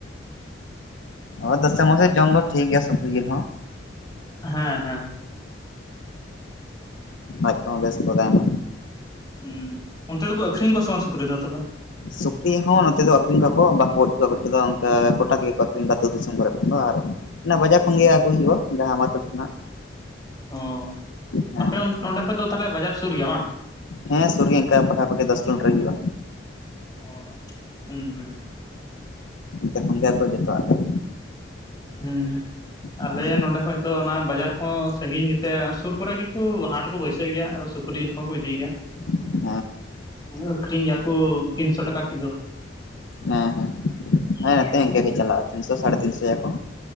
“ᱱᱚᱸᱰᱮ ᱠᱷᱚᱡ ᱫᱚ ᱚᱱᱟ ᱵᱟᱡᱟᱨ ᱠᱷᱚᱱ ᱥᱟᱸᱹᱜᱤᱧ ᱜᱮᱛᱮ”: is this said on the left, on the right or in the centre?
Left